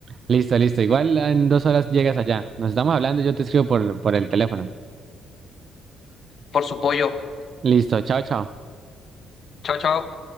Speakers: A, on the right; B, on the left.
A: Listo, listo. Igual en dos horas llegas allá. Nos estamos hablando, yo te escribo por, por el teléfono.
B: por su pollo.
A: Listo, chao, chao.
B: Chao, chao.